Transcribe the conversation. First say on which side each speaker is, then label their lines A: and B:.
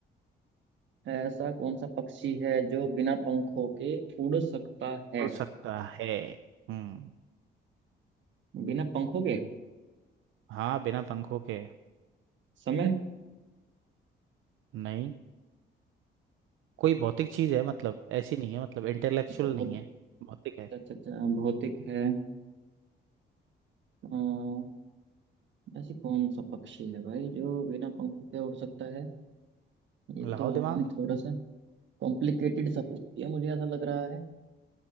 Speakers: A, on the right (about 70°); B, on the right (about 80°).
A: ऐसा कौन सा पक्षी है जो बिना पंखों के उड़ सकता है
B: उड़ सकता है हम्म
A: बिना पंखों के
B: हाँ बिना पंखों के
A: समय
B: नहीं कोई भौतिक चीज है मतलब ऐसी नहीं है मतलब इंटेलेक्चुअल
A: अच्छा बहुत
B: नहीं है भौतिक है
A: अच्छा अच्छा भौतिक है अ, ऐसी कौन सा पक्षी है भाई जो बिना पंखों के उड़ सकता है ये
B: लगाओ
A: तो आपने
B: दिमाग
A: थोड़ा सा कॉम्प्लिकेटेड सा पूछ दिया मुझे ऐसा लग रहा है